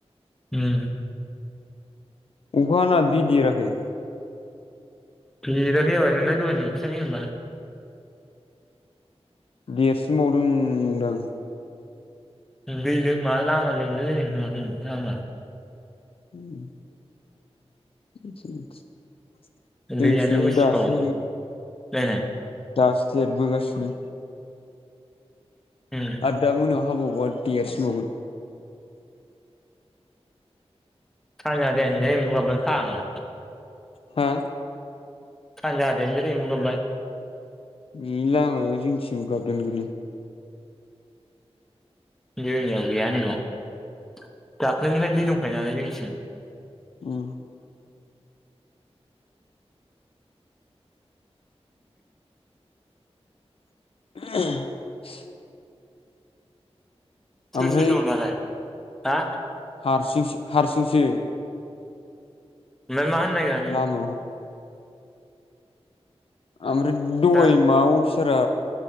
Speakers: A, in the centre; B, on the left (about 60°).
A: ओम।
B: अखा हाना दै देराखै?
A: देराखैजाबाय नोंलाय दहाय नुखायाखै होमबा?
B: देरसिनबावदों नंदां।
A: दै लोमा लोमा लामा लोमलायनायखौ नुयाखै लामा।
B: उम। <unintelligible> जोंथिंजायबो
A: दैयानो उसिफाव
B: दासो
A: <unintelligible>
B: दासो देरबोगासिनो।
A: उम
B: आरो दा मोनायाव अखा हाबावबा देरसिन बावगोन।
A: सानजाहा देनजार एम्बु गाबबाय। फाग्ला।
B: हा
A: सानजाहा देनजार एम्बु गाबबाय
B: बेनि लामायाव जोंथिं गाबदोन
A: जोंनियाव गैया‌ नैबेयाव दाख्लैनिफ्रायनो दै दंखायो नालाय जोंथिं
B: अम <unintelligible>
A: सोर
B: ओमफ्राय
A: सोर दं दालाय हा
B: हारसिं हारसिंसो
A: ओमफ्राय मा होननो नागिरा नों
B: लामायाव ओमफ्राय दहाय
A: हा
B: माव सारा